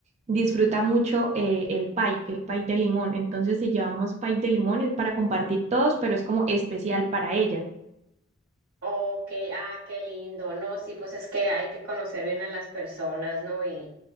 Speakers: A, on the right; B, on the right.
A: disfruta mucho eh, el pie, el pie de limón. Entonces, si llevamos pie de limón es para compartir todos, pero es como especial para ella.
B: Oh, Ok, ah, qué lindo, ¿no? Sí, pues es que hay que conocer bien a las personas, ¿no? Y,